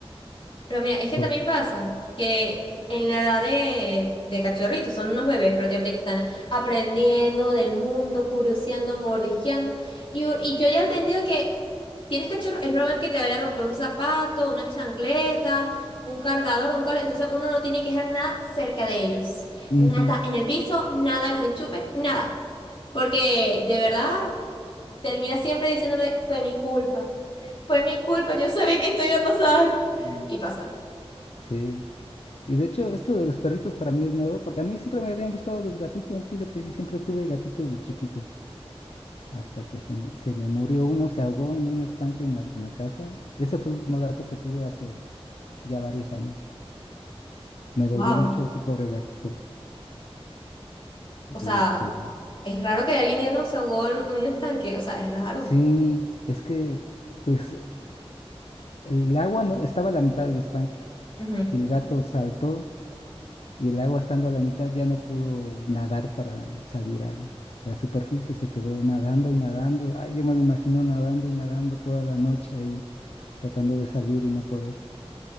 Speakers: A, on the left (about 60°); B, on the left (about 75°).
A: Pero mira, es que
B: Por...
A: también pasa que en la edad de, de cachorritos, son unos bebés prácticamente que están aprendiendo del mundo, curioseando, mordisqueando. Y, u- y yo ya he entendido que tienes cachorro, es normal que te vaya a romper un zapato, una chancleta, un cargador, un cable. Entonces uno no tiene que dejar nada cerca de ellos.
B: Ujú.
A: Nada en el piso, nada en los enchufes, nada. Porque de verdad termina siempre diciéndome, fue mi culpa, fue mi culpa, yo sabía que esto iba a pasar.
B: Mm,
A: Y pasa.
B: Sí. Y de hecho, esto de los perritos para mí es nuevo, porque a mí siempre me habían gustado los gatitos, fíjate, y siempre tuve gatitos de chiquito, hasta que se, me se me murió uno, se ahogó en un estanque en la, en la casa. Ese fue el último gato que tuve hace ya varios años. Me
A: wow.
B: dolió mucho ese pobre gatito.
A: O sea,
B: Y este,
A: es raro que alguien ya no se ahogó en un estanque. O sea, es raro.
B: Sí, es que pues el agua no estaba a la mitad del estanque.
A: Ujú.
B: El gato saltó y el agua estando a la mitad ya no pudo nadar para salir a, a la superficie. Se quedó nadando y nadando. Ay, yo me lo imagino nadando y nadando toda la noche ahí, tratando de salir y no poder.